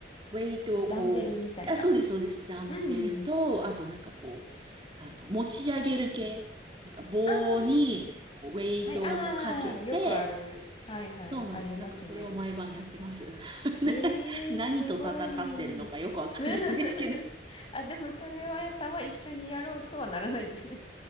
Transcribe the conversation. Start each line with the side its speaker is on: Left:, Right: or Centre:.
Right: ウェイトをこう、
Left: ダンベルみたいな。
Right: あ、そうです、そうです。ダンベルと、
Left: うんうん。
Right: あとなんかこう、あの、持ち上げる系。なんか棒に、
Left: ああ、はい。
Right: なんかこう、ウェイトをこうかけて、
Left: はい、ああ、よくある。はいはい。
Right: そうなんです。
Left: ありますね。
Right: なんかそれを毎晩やってます。<laughs> な
Left: えー、
Right: 何と戦ってるのかよくわかんないんですけど。
Left: すごい。<laughs> あ、でもそれはあやさんは一緒にやろうとはならないんですね。